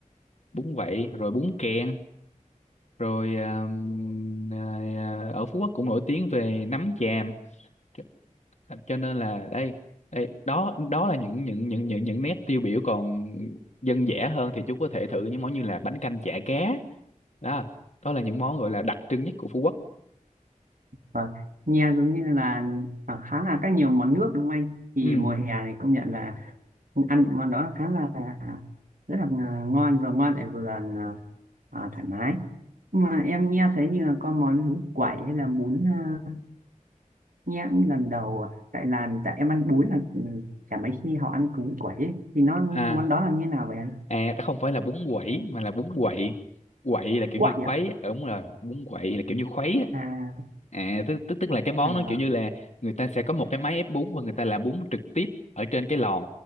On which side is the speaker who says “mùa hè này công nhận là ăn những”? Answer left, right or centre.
Right